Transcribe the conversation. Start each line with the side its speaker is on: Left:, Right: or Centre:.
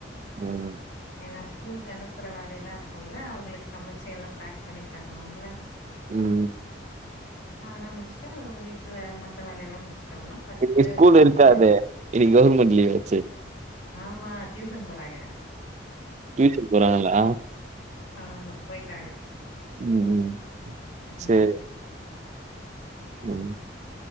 Right: ம்
Left: ஏன்னா ஸ்கூலுக்கு அனுப்புற வேலைல்லா இருக்கும்ல அவங்ளுக்கு சமச்சு எல்லா பேக் பண்ணி தரணும்ல
Right: ம்
Left: அதல்லா முடிச்சிட்ட வீட்ல மத்த வேலயெல்லா முடிச் ட்டோம்னா பத்து
Right: இன்னைக்கு ஸ்கூல்
Left: மணிக்கு
Right: இருக்காதே
Left: மேல
Right: இன்னைக்கு கவர்மெண்ட் லீவ் ஆச்சே
Left: ஆமா, டியூசன் போறாங்க
Right: டியூஷன் போறாங்களா
Left: ஆமா போயிட்டாங்க
Right: ம் ம்
Left: அ அ
Right: சேரி ம்